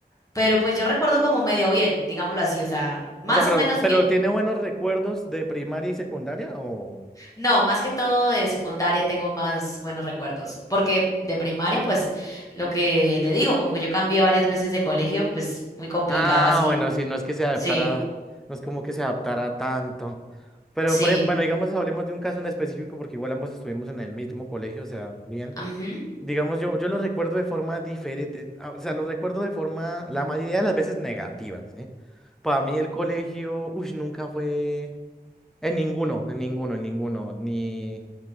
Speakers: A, on the left (about 20°); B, in the centre.
A: pero pues yo recuerdo como medio bien, digámoslo así, o sea, más
B: O sea, pero,
A: o menos
B: pero
A: bien.
B: ¿tiene buenos recuerdos de primaria y secundaria o...?
A: No, más que todo de secundaria tengo más buenos recuerdos, porque de primaria pues lo que le digo, como que yo cambié varias veces de colegio, pues muy complicado
B: Ah,
A: así.
B: bueno, sí, no es que se adaptara,
A: Sí,
B: no es como que se adaptara tanto. Pero,
A: sí.
B: por ejem- bueno, digamos, hablemos de un caso en específico, porque igual ambos estuvimos en el mismo colegio, o sea, bien.
A: mhm
B: Digamos, yo, yo lo recuerdo de forma diferente, ah, o sea, lo recuerdo de forma, la mayoría de las veces negativa, ¿sí? Para mí el colegio, uy, nunca fue, en ninguno, en ninguno, en ninguno, ni,